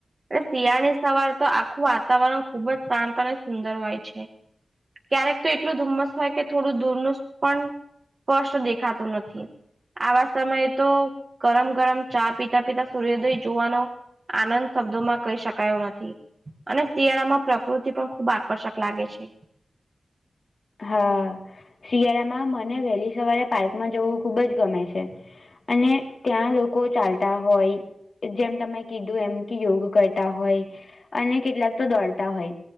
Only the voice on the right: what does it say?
એટલે શિયાળની સવાર તો આખું વાતાવરણ ખુબ જ શાંત અને સુંદર હોય છે. ક્યારેક તો એટલું ધુમ્મસ હોય કે થોડું દૂરનું પણ સ્પષ્ટ દેખાતું નથી આવા સમયે તો ગરમ ગરમ ચા પી તા પિતા સૂર્યોદય જોવાનો આનંદ શબ્દો માં કહી શકાય એવો નથી. અને શિયાળા માં પ્રકૃતિ પણ ખુબ આકર્ષક લાગે છે.